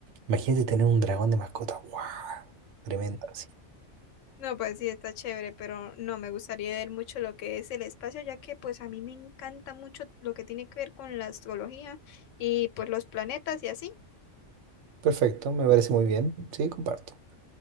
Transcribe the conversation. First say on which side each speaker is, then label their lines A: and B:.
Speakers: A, on the right (about 75°); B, on the left (about 90°).
A: Imagínate tener un dragón de mascota. ¡Wow! Tremendo, así.
B: No, pues sí, está chévere, pero no, me gustaría ver mucho lo que es el espacio, ya que pues a mí me encanta mucho lo que tiene que ver con la astrología y pues los planetas y así.
A: Perfecto, me parece muy bien. Sí, comparto.